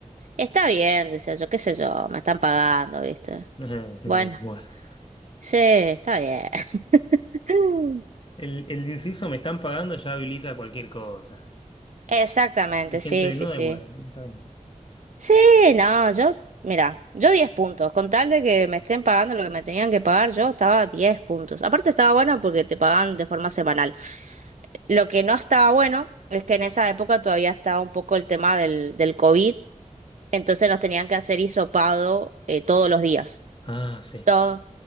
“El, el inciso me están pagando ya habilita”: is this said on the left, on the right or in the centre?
Left